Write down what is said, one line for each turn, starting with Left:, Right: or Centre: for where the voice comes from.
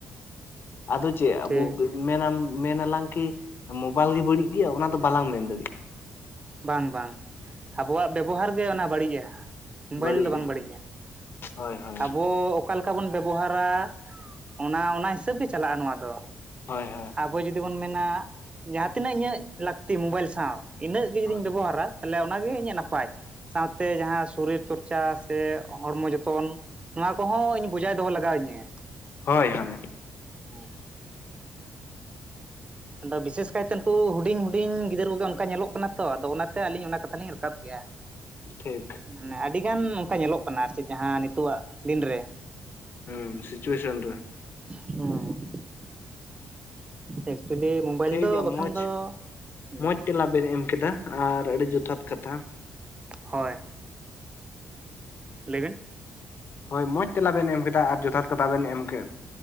Left: ᱾ ᱟᱫᱚ ᱪᱮᱫ
Right: ᱴᱷᱤᱠ
Left: ᱟᱵᱚᱼᱼ ᱢᱮᱱᱟᱢ ᱢᱮᱱ ᱟᱞᱟᱝ ᱠᱤ ᱢᱳᱵᱟᱭᱤᱞ ᱜᱮ ᱵᱟᱹᱲᱤᱡ ᱜᱮᱭᱟ ᱚᱱᱟ ᱫᱚ ᱵᱟᱞᱟᱝ ᱢᱮᱱ ᱫᱟᱲᱤᱜᱼᱟ ᱾
Right: ᱵᱟᱝ ᱵᱟᱝ ᱟᱵᱚᱣᱟᱜ ᱵᱮᱵᱚᱦᱟᱨ ᱜᱮ ᱚᱱᱟ ᱵᱟᱹᱲᱤᱡᱼᱟ ᱢᱳᱵᱟᱭᱤᱞ
Left: ᱵᱟᱹᱲᱤᱡ
Right: ᱫᱚ
Left: ᱜᱮᱭᱟ
Right: ᱵᱟᱝ ᱵᱟᱹᱲᱤᱡᱼᱟ
Left: ᱦᱳᱭ ᱦᱳᱭ
Right: ᱟᱵᱚ ᱚᱠᱟ ᱞᱮᱠᱟ ᱵᱚᱱ ᱵᱮᱵᱚᱦᱟᱨᱟ ᱚᱱᱟ ᱚᱱᱟ ᱦᱤᱥᱟᱹᱵᱽ ᱜᱮ ᱪᱟᱞᱟᱜᱼᱟ ᱱᱚᱣᱟ ᱫᱚ᱾
Left: ᱦᱳᱭ ᱦᱳᱭ᱾
Right: ᱟᱵᱚ ᱡᱩᱫᱤ ᱵᱚᱱ ᱢᱮᱱᱟ ᱡᱟᱦᱟᱸ ᱛᱤᱱᱟᱹᱜ ᱤᱧᱟᱹᱜ ᱞᱟᱹᱠᱛᱤ ᱢᱳᱵᱟᱭᱤᱞ ᱥᱟᱶ ᱤᱱᱟᱹᱜ ᱜᱮ ᱡᱩᱫᱤᱧ
Left: ᱦᱳᱭ
Right: ᱵᱮᱵᱚᱦᱟᱨᱟ ᱛᱟᱦᱚᱞᱮ ᱚᱱᱟ ᱜᱮ ᱤᱧᱟᱹᱜ ᱱᱟᱯᱟᱭ ᱥᱟᱶᱛᱮ ᱡᱟᱦᱟᱸ ᱥᱚᱨᱤᱨ ᱪᱚᱨᱪᱟ ᱥᱮ ᱦᱚᱲᱢᱚ ᱡᱚᱛᱚᱱ ᱱᱚᱣᱟ ᱠᱚᱦᱚᱸ ᱤᱧ ᱵᱚᱡᱟᱭ ᱫᱚᱦᱚ ᱞᱟᱜᱟᱣ ᱤᱧᱟᱹ᱾
Left: ᱦᱳᱭ ᱦᱳᱭ᱾
Right: ᱦᱩᱸ <inaudible> ᱟᱫᱚ ᱵᱤᱥᱮᱥ ᱠᱟᱭᱛᱮ ᱩᱱᱠᱩ ᱦᱩᱰᱤᱧ ᱦᱩᱰᱤᱧ ᱜᱤᱫᱟᱹᱨ ᱠᱚᱜᱮ ᱚᱱᱠᱟ ᱧᱮᱞᱚᱜ ᱠᱟᱱᱟ ᱛᱚ ᱟᱫᱚ ᱚᱱᱟᱛᱮ ᱟᱹᱞᱤᱧ ᱚᱱᱟ ᱠᱟᱛᱷᱟ ᱞᱤᱧ ᱨᱟᱠᱟᱵ ᱠᱮᱜᱼᱟ᱾
Left: ᱴᱷᱤᱠ᱾
Right: ᱢᱟᱱᱮ ᱟᱹᱰᱤᱜᱟᱱ ᱚᱱᱠᱟ ᱧᱮᱞᱚᱜ ᱠᱟᱱᱟ ᱟᱨ ᱪᱮᱫ ᱡᱟᱦᱟᱸ ᱱᱤᱛᱳᱜ ᱟᱜ ᱫᱤᱱᱨᱮ᱾
Left: ᱦᱩᱸ ᱥᱤᱪᱩᱭᱮᱥᱚᱱ ᱨᱮ᱾
Right: ᱦᱩᱸ ᱮᱠᱪᱩᱭᱮᱞᱤ ᱢᱳᱵᱟᱭᱤᱞ
Left: ᱴᱷᱤᱠ
Right: ᱫᱚ
Left: ᱜᱮᱭᱟ
Right: ᱵᱟᱠᱷᱟᱱ
Left: ᱢᱚᱸᱪ
Right: ᱫᱚ ᱦᱩᱸ
Left: ᱢᱚᱸᱪ ᱛᱮᱞᱟ ᱵᱤᱱ ᱮᱢ ᱠᱮᱫᱟ ᱟᱨ ᱟᱹᱰᱤ ᱡᱚᱛᱷᱟᱛ ᱠᱟᱛᱷᱟ᱾
Right: ᱦᱳᱭ᱾ ᱞᱟᱹᱭ ᱵᱮᱱ᱾
Left: ᱦᱳᱭ ᱢᱚᱸᱡᱽ ᱛᱮᱞᱟ ᱵᱮᱱ ᱮᱢ ᱠᱮᱫᱟ ᱟᱨ ᱡᱚᱛᱷᱟᱛ ᱠᱟᱛᱷᱟ ᱵᱮᱱ ᱮᱢ ᱠᱮᱫ